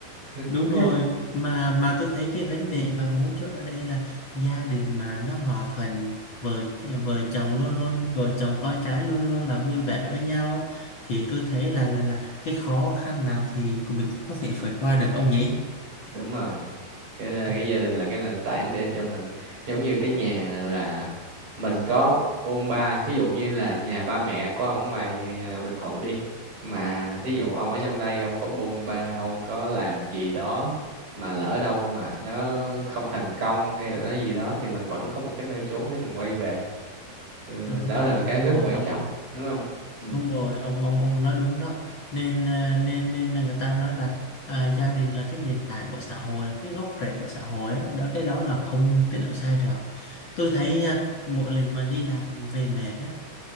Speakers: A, on the right (about 50°); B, on the left (about 55°).
A: <laughs>
B: Đúng rồi, mà mà tôi thấy cái vấn đề mà mấu chốt ở đây là gia đình mà nó hòa thuận, vợ vợ chồng luôn luôn, vợ chồng con cái luôn luôn là vui vẻ với nhau thì tôi thấy là là là cái khó khăn nào thì mình cũng có thể vượt qua được ông nhỉ?
A: đúng rồi cái ờ,
B: Ừ,
A: cái gia đình là cái nền tảng để cho mình giống như cái nhà là mình có bôn ba ví dụ như là nhà ba mẹ của ông ở ngoài à, Bình Thuận đi mà thí dụ ông ở trong đây ông có bôn ba ông có làm gì đó mà lỡ đâu mà nó không thành công hay là nói gì đó thì mình vẫn có một cái nơi chốn để mình quay về Ừ,
B: đúng
A: đó
B: rồi,
A: là cái
B: đúng
A: rất
B: rồi
A: là quan
B: ông
A: trọng đúng không Ừ.
B: đúng rồi ông ông ông nói đúng đó nên à, nên nên là người ta nói là à, gia đình là cái nền tảng của xã hội là cái gốc rễ của xã hội á đó cái đó là không thể nào sai được tôi thấy à, mỗi lần mà đi làm về mệt á